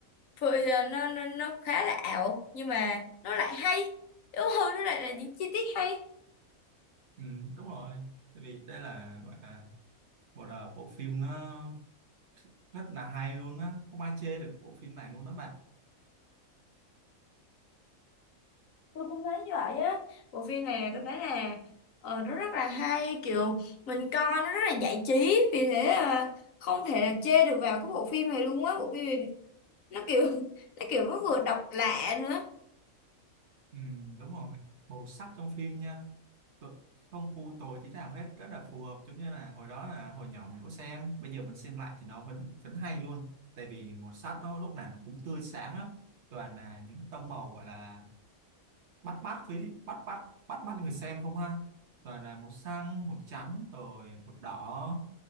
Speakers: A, on the left; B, on the right.
A: phơi- ờ, nó nó nó khá là ảo nhưng mà nó lại hay đúng không nó lại là những chi tiết hay
B: ừ, đúng rồi tại vì đây là gọi là một à, bộ phim nó rất là hay luôn á không ai chê được bộ phim này luôn đó bạn
A: tôi cũng thấy như vậy á bộ phim này tôi thấy là ờ, nó rất là hay kiểu mình coi nó rất là giải trí vì thế ờ, không thể là chê được vào cái bộ phim này luôn á bộ phim này nó kiểu <laughs> nó kiểu nó vừa độc lạ nữa
B: ừ, đúng rồi màu sắc trong phim nha tu- không u tối tí nào hết rất là phù hợp giống như là hồi đó là hồi nhỏ mình có xem bây giờ mình xem lại thì nó vẫn vẫn hay luôn tại vì màu sắc nó lúc nào nó cũng tươi sáng á toàn là những tông màu gọi là bắt mắt với bắt bắt bắt mắt người xem không ha toàn là màu xanh màu trắng rồi màu đỏ